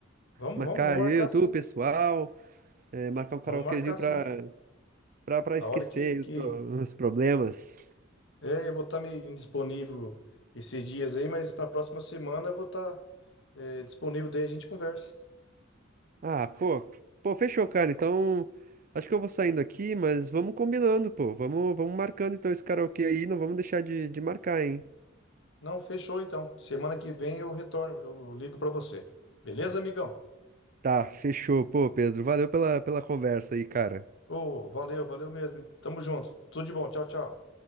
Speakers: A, on the left (about 65°); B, on the right (about 45°).
A: Vamos,
B: Marcar
A: vamos, vamos marcar
B: eu, tu,
A: sim.
B: o pessoal, eh, marcar um karaokezinho
A: Vamos marcar
B: pra,
A: sim.
B: pra, pra
A: A
B: esquecer
A: hora que, que...
B: os, pro- os problemas.
A: É, eu vou estar meio indisponível esses dias aí, mas na próxima semana eu vou estar disponível, daí a gente conversa.
B: Ah, pô, pô, fechou, cara. Então, acho que eu vou saindo aqui, mas vamos combinando, pô. Vamos, vamos marcando então esse karaokê aí, não vamos deixar de, de marcar, hein?
A: Não, fechou então. Semana que vem eu retorno, eu ligo para você. Beleza, amigão?
B: Tá, fechou, pô, Pedro. Valeu pela, pela conversa aí, cara.
A: Ô, valeu, valeu mesmo. Tamo junto. Tudo de bom. Tchau, tchau.